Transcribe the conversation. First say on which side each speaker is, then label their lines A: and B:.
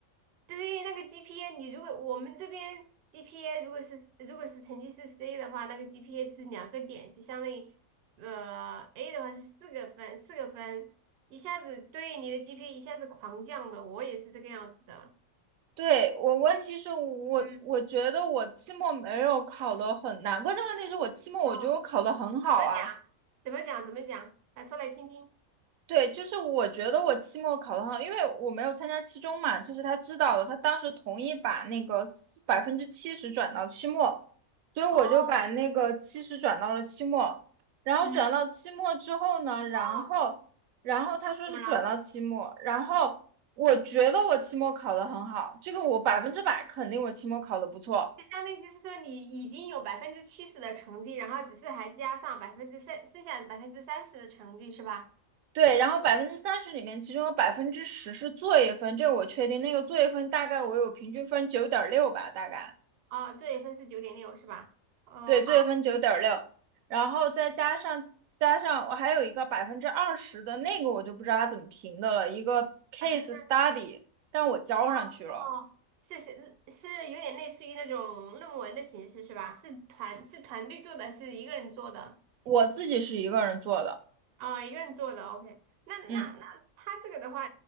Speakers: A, on the right; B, on the right.
A: 对，那个 GPA，你如果我们这边 GPA 如果是如果是成绩是 C 的话，那个 GPA 是两个点，就相当于呃 A 的话是四个分，四个分，一下子对你的 GPA 一下子狂降的，我也是这个样子的。
B: 对，我问题是我，
A: 但是，嗯，
B: 我觉得我期末没有考的很难，关键问题是我期末我觉得我考的很好啊，
A: 哦，怎么讲？怎么讲？怎么讲？来说来听听。
B: 对，就是我觉得我期末考得很好，因为我没有参加期中嘛，这是他知道的，他当时同意把那个百分之七十转到期末，所以我就把那个七十转到了期末，
A: 哦，
B: 然后转到期末之后呢，
A: 嗯，
B: 然后然后他说是转到期末，
A: 哦，怎么了？
B: 然后我觉得我期末考得很好，这个我百分之百肯定我期末考得不错。
A: 就相当于就是说，你已经有百分之七十的成绩，然后只是还加上百分之三，剩下百分之三十的成绩是吧？
B: 对，然后百分之三十里面，其中有百分之十是作业分，这个我确定。那个作业分大概我有平均分九点六吧，大概。
A: 哦，作业分是九点六是吧？哦，
B: 对，
A: 好，
B: 作业分九点六，然后再加上加上我还有一个百分之二十的那个我就不知道它怎么评的了，一个 case
A: 百分之
B: study，但我交上去了，
A: 哦，是是是有点类似于那种论文的形式是吧？是团是团队做的，是一个人做的？
B: 我自己是一个人做的，
A: 哦，一个人做的，OK。那那那他这个的话，
B: 嗯，